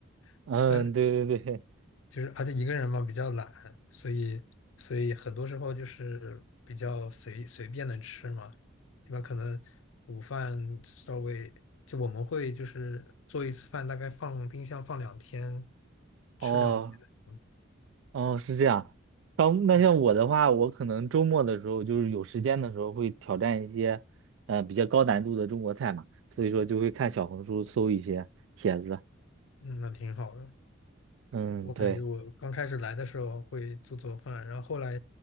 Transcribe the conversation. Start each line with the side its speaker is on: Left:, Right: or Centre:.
Left: <laughs>
Right: 嗯，
Left: 但
Right: 对对对，
Left: 就是而且一个人嘛比较懒，所以所以很多时候就是比较随随便的吃嘛。一般可能午饭稍微就我们会就是做一次饭，大概放冰箱放两天，
Right: 哦
Left: 吃两天。
Right: 哦，是这样。当那像我的话，
Left: 嗯
Right: 我可能周末的时候，就是有时间的时候，会挑战一些呃比较高难度的中国菜嘛，所以说就会看小红书搜一些帖子。
Left: 嗯，那挺好的。
Right: 嗯，
Left: 我感觉我刚开始来的时候会做做饭，
Right: 对，
Left: 然后后来，